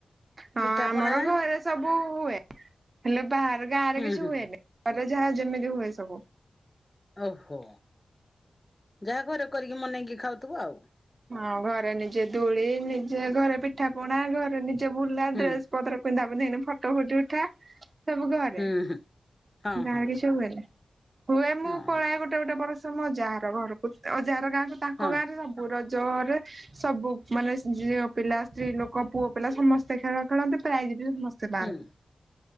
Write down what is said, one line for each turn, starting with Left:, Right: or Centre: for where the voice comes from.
Right: ହଁ
Left: ପିଠା
Right: ଆମର
Left: ପଣା
Right: ଘରେ ସବୁ ହୁଏ ହେଲେ ବାହାର ଗାଁରେ
Left: ହୁଁ
Right: କିଛି
Left: ହୁଁ
Right: ହୁଏନି ଘରେ ଯାହା ଯେମିତି ହୁଏ ସବୁ।
Left: ଓହୋ ଯାହା ଘରେ କରିକି ମନେଇକି ଖାଉଥିବ ଆଉ।
Right: ହଁ ଘରେ ନିଜେ ଧୂଳି ନିଜେ ଘରେ ପିଠା, ପଣା ଘରେ ନିଜେ ବୁଲା
Left: ହୁଁ
Right: ଡ୍ରେସ ପତ୍ର ପିଦ୍ଧା ପିଦ୍ଧି କିନି ଫଟୋ ଫୁଟି ଉଠା। ସବୁ ଘରେ
Left: ହୁଁ ହୁଁ। ହଁ
Right: ଗାଁରେ
Left: ହଁ
Right: କିଛି ହୁଏନି ହୁଏ ମୁଁ
Left: ହଁ
Right: ପଳାଏ ଗୋଟେ ଗୋଟେ ଗୋଟେ ବର୍ଷ ମୁ ଯାଆର ଘରକୁ ଯାଆର ଗାଁକୁ ତାଙ୍କ
Left: ହଁ
Right: ଗାଁ ରେ ସବୁ ରଜରେ ସବୁ ମାନେ ଝିଅ ପିଲା, ସ୍ତ୍ରୀ ଲୋକ, ପୁଅ ପିଲା ସମସ୍ତେ ଖେଳ ଖେଳନ୍ତି ପ୍ରାୟ ବି ସମସ୍ତେ ପାନ୍ତି
Left: ହୁଁ